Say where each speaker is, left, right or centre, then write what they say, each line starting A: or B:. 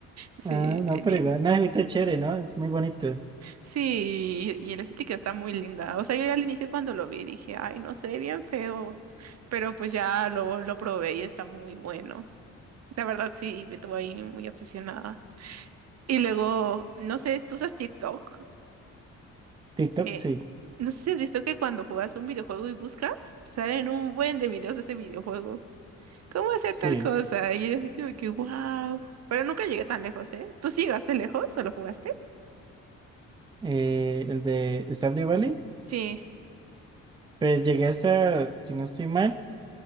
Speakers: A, on the right; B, on the right.
A: Sí,
B: ah no, pero
A: mi-
B: igual. No, ahorita es chévere, ¿no? Es muy bonito.
A: Sí, y, y la estética está muy linda. O sea, yo al inicio cuando lo vi dije, ay, no sé, bien feo. Pero pues ya lo, lo probé y está muy bueno. La verdad sí, me tuvo ahí muy obsesionada. Y luego, no sé, ¿tú usas TikTok?
B: TikTok,
A: Eh,
B: sí,
A: no sé si has visto que cuando juegas un videojuego y buscas, salen un buen de videos de ese videojuego. ¿Cómo hacer
B: sí.
A: tal cosa? Y yo así como que, wow. Pero nunca llegué tan lejos, ¿eh? ¿Tú sí llegaste lejos o lo jugaste?
B: Eh, el de Stardew Valley,
A: Sí.
B: pues llegué hasta, si no estoy mal,